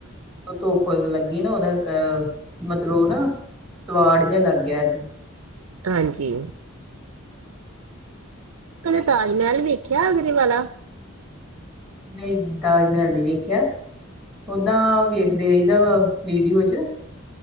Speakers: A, in the centre; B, on the right.
A: ਧੁੱਪ ਲੱਗੀ ਉਹਦਾ ਅ ਮਤਲਬ <unintelligible> ਨਾ, ਤਵਾੜ ਜਾਂ ਲੱਗ ਗਿਆ ਅੱਜ।
B: ਹਾਂਜੀ, ਕਦੇ ਤਾਜ ਮਹਿਲ ਵੇਖਿਆ ਆਗਰੇ ਵਾਲਾ?
A: ਨਈ ਜੀ ਤਾਜ ਮਹਿਲ ਨੀ ਵੇਖਿਆ। ਓਦਾਂ ਵੇਖਦੇ ਰਈ ਦਾ ਵਾ ਵੀਡੀਓ ਚ।